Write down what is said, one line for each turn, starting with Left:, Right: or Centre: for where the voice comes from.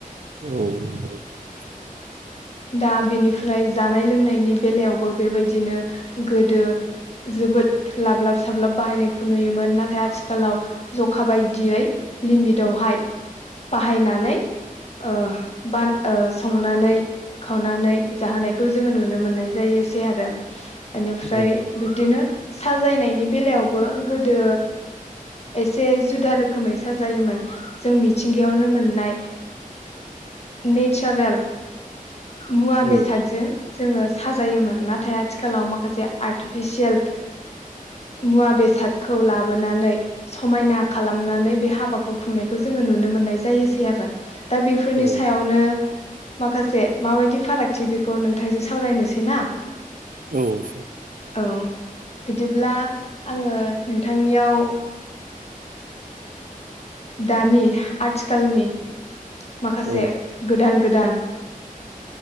Right: औ नंगौ नोंथां
Left: दा बिनिफ्राय जानाय लोंनायनि बेलायावबो बेबायदिनो गोदो जोबोद लाबलाब साब्लाब बाहायनायखौ नुयोमोन नाथाय आथिखालाव जखा बायदियै लिमिटावहाय बाहायनानै ओ बा ओ संनानै खावनानै जाहोनाय खौ जोङो नुनो मोननाय जायोसै आरो <inaudible> बेनिफ्राय
Right: औ
Left: बिब्दिनो साजायनायनि बेलायावबो गोदो एसे जुदा रोखोमै साजायोमोन जों मिथिंगायावनो मोननाय नेचारेल मुवा
Right: औ
Left: बेसादजों जोङो साजायोमोन नाथाय आथिखालाव माखासे आर्टिफिसियेल मुवा बेसादखौ लाबो बोनानै समायना खालामनानै बे हाबाखौ खुंनायखौ जोङो नुनो मोननाय जायोसै आरो दा बेफोरनि
Right: औ
Left: सायावनो माखासे बायदि फागथि बेखौ। नोंथांजों सावरायनोसै ना।
Right: औ।
Left: औ बिदिब्ला आङो नोंथांनियाव दानि आथिखालनि माखासे
Right: औ
Left: गोदान गोदान।